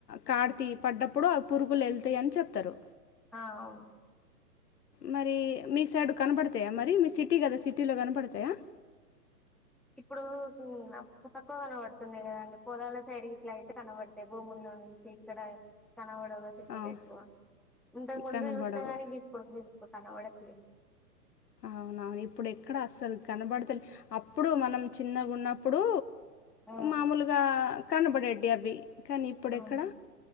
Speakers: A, on the left; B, in the centre.
A: కార్తి పడ్డప్పుడు అవి పురుగులు ఎల్తయ్ అని చెప్తరు
B: ఆ అవును
A: మరి మీ సైడ్ కనపడతయా మరి మీ సిటీ గదా సిటీలో కనపడతయా
B: ఇప్పుడు పు తక్కువ కనబడుతున్నయి గదా అండి పొలాల సైడ్ గిట్లా అయితే కనబడు భూముల్లోనుంచి ఇక్కడ కనబడవు వొస్ సీడీలు
A: అవ్
B: ఎక్కవ ఇంతకు ముందు
A: కనబడవు.
B: చూష్ణ గాని గిప్పుడు ఎక్కువ కనబడట్లేవ్
A: అవునవును ఇప్పుడు ఎక్కడ అస్సలు కనబడతలే అప్పుడు మనం చిన్నగ గున్నప్పుడు
B: ఆ
A: మామూలుగా కనబడెటియి అవి కానీ ఇప్పుడు
B: అవును
A: ఎక్కడ